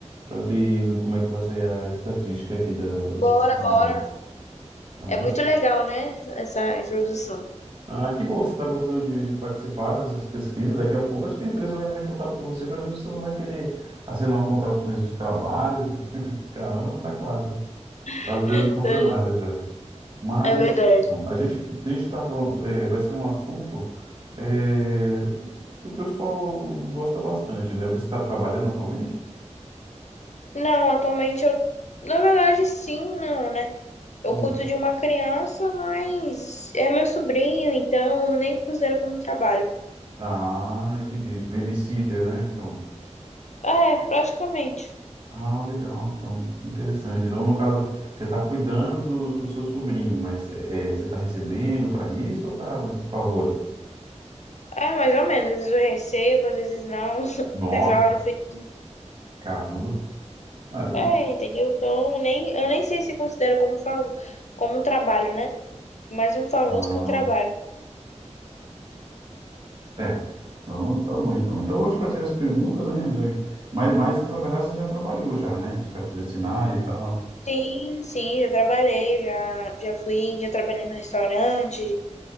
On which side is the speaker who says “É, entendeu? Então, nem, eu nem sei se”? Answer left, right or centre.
Left